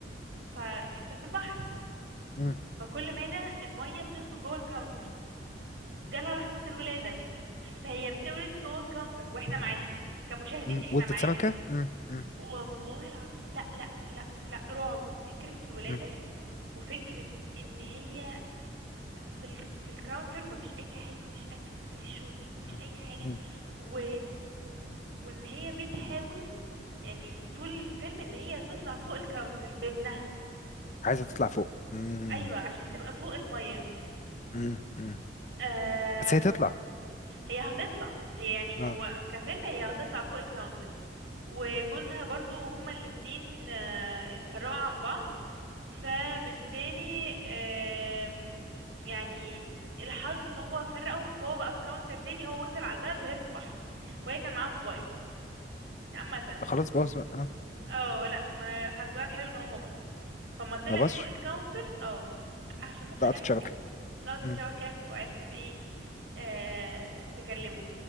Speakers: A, on the right; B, on the left.
A: فانت في البحر
B: مم.
A: فكل مادة المية بتدخل جوه الكاونتر جالها لحظة الولادة فهي بتولد جوه الكاونتر واحنا معاها كمشاهدين
B: مم.
A: احنا
B: ولدت
A: معاها
B: سمكة مم. مم.
A: والله العظيم لا لا لا لا رعب فكرة الولادة
B: مم.
A: وفكرة ان هي في ال... في الكاونتر ومفيش اي حاجة مفيش اكل مفيش شرب مفيش
B: مم.
A: اي حاجة
B: مم.
A: و... وان هي بتحاول يعني طول الفيلم ان هي تطلع فوق الكاونتر بابنها
B: عايزة تطلع فوق مم.
A: ايوه عشان تبقى فوق الميه
B: مم. مم.
A: آه
B: بس هي تطلع
A: هي هتطلع هي يعني
B: اه
A: هو كفيلم هي هتطلع فوق الكاونتر وجوزها برضو هما الاتنين آه اتفرقوا عن بعض فبالتالي آم، يعني الحظ ان هو فرقهم فهو بقى في كاونتر تاني هو وصل على البلد وهي في البحر وهي كان معاها موبايل عامة
B: خلاص بوظ بقى آه.
A: اه لا ما حظها الحلو ان هو ما فما طلع
B: ما بصش
A: فوق الكاونتر اه عشان مخرج
B: لقطة
A: عايز
B: شبكة
A: كده لقطت الشبكة
B: مم.
A: وعرفت ايه آه تكلمه